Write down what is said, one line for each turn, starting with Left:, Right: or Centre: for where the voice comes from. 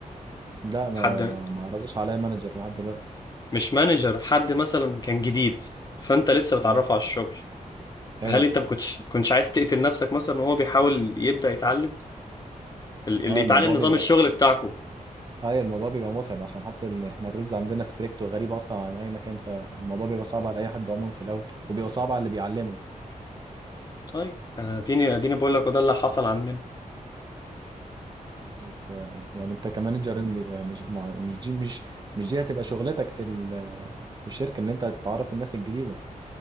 Right: لا ما
Left: حد
Right: ما ما عرضش عليا مانجر لحد دلوقتي
Left: مش مانجر حد مثلا كان جديد فأنت لسه بتعرفه
Right: اه
Left: على الشغل
Right: حلو
Left: هل أنت ما كنتش ما كنتش عايز تقتل نفسك مثلا وهو بيحاول يبدأ يتعلم ال- اللي
Right: اه
Left: يتعلم
Right: الموضوع
Left: نظام
Right: بيبقى
Left: الشغل بتاعكو
Right: ايوه الموضوع بيبقى متعب عشان حتى ال... احنا الرولز عندنا ستريكت وغريبه اصلا عن اي مكان فالموضوع بيبقى صعب على اي حد عموما في الاول وبيبقى صعب على اللي بيعلمه
Left: طيب أنا أديني أديني بقول لك وده اللي حصل عندنا
Right: بس آه، يعني انت كمانجر ان- مش مع- مش دي مش مش دي هتبقى شغلتك في ال- في الشركه ان انت تعرف الناس الجديده